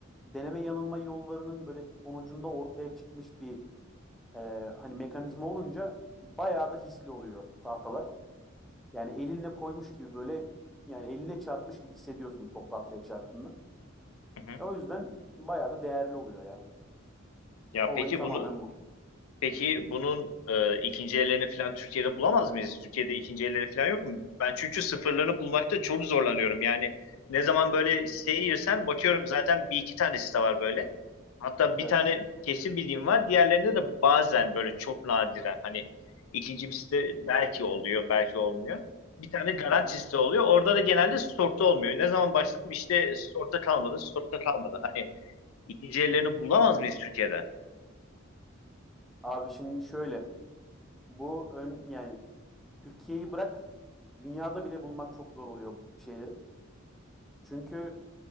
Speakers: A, in the centre; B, on the left.
A: deneme yanılma yollarının böyle sonucunda ortaya çıkmış bir e, hani mekanizma olunca bayağı da hisli oluyor tahtalar. Yani elinle koymuş gibi böyle yani eline çarpmış gibi hissediyorsun top tahtaya çarptığında.
B: Hı hı.
A: O yüzden bayağı da değerli oluyor ya.
B: Ya
A: Olayı
B: peki
A: tamamen
B: bunu
A: bu.
B: Peki bunun e, ikinci ellerini falan Türkiye'de bulamaz mıyız? Türkiye'de ikinci elleri falan yok mu? Ben çünkü sıfırlarını bulmakta çok zorlanıyorum. Yani ne zaman böyle siteye girsem bakıyorum zaten bir iki tane site var böyle. Hatta bir
A: Evet.
B: tane kesin bildiğim var. Diğerlerinde de bazen böyle çok nadiren hani ikinci bir site belki oluyor, belki olmuyor. Bir tane garanti
A: Aha.
B: site oluyor. Orada da genelde stokta olmuyor. Ne zaman başladım işte stokta kalmadı, stokta kalmadı. Hani ikinci ellerini bulamaz mıyız Türkiye'de?
A: Abi şimdi şöyle bu ön yani Türkiye'yi bırak dünyada bile bulmak çok zor oluyor bu tip şeyleri. Çünkü